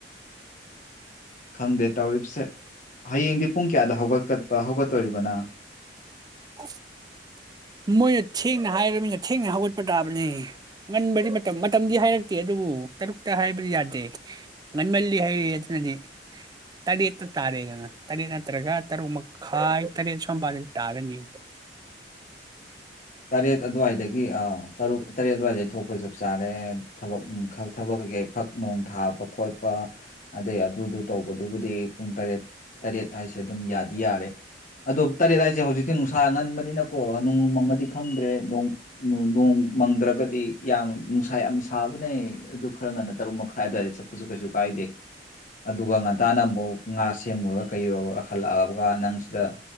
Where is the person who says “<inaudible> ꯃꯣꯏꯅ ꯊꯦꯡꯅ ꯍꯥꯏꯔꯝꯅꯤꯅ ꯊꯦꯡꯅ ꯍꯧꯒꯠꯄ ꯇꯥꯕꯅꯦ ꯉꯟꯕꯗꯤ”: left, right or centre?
Right